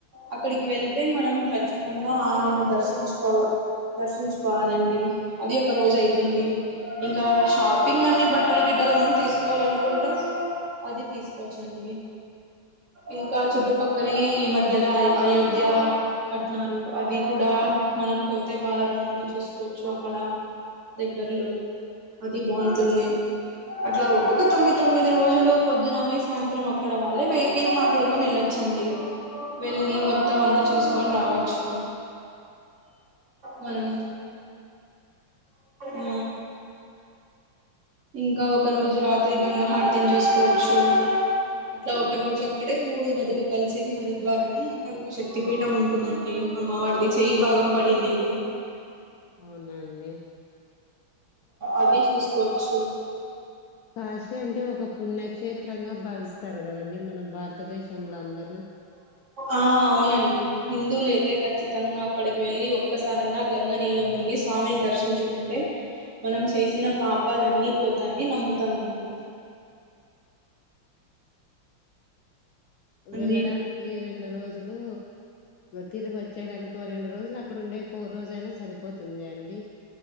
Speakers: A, on the right; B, on the left.
A: అక్కడికి వెళ్తే మనం ఖచ్చితంగా ఆయనని దర్శించుకోవాలి దర్శించుకోవాలండి అది ఒక రోజు అయితుంది ఇంకా షాపింగ్ అన్ని బట్టల గి చాలా మంది తీసుకోవాలనుకుంటే అది తీసుకోవచ్చండి ఇంకా చుట్టుపక్కల ఈ మధ్యలో అ అయోధ్య కట్నారు అది కూడా మనం పోతే బాలరాముని చూసుకోవచ్చు అక్కడ దగ్గర్లో అది బాగుంటుంది అట్లా ఒక్కొక్క తొమ్మిది తొమ్మిది రోజులు పొద్దున పోయ్ సాయంత్రం అక్కడ వాళ్ళే వెహికిల్ మాట్లాడుకుని వెళ్ళొచ్చు. అండి వెళ్ళి మొత్తం అంతా చూసుకొని రావచ్చు మనం ఉ ఇంకా ఒకరోజు రాత్రి గంగాహర్త్యం చేసుకోవచ్చు అట్లా ఒకరోజు అక్కడే మూడు నదులు కలిసేది హరిద్వారని అక్కడ ఒక శక్తి పీఠం ఉంటుందండి అమ్మ వారిది చేయి భాగం పడిండేది
B: అవునన్
A: అదే చూసుకోవచ్చు
B: కాశీ అంటే ఒక పుణ్యక్షేత్రంగా భావిస్తారు కదండి. మన భారతదేశంలో అందరూ
A: ఆ అవునండి హిందువులే ఖచ్చితంగా అక్కడికి వెళ్ళి ఒక్కసారన్నా గంగ నీళ్లో మునిగి స్వామిని దర్శించుకుంటే మనం చేసిన పాపాలు అన్నీ పోతాయని నమ్ముతామండి మంది
B: వెళ్ళడానికి రెండు రోజులు తిరిగి వచ్చేయడానికి ఓ రెండు రోజులు అక్కడ ఉండేకి ఒ రోజుయినా సరిపోతుంది అండి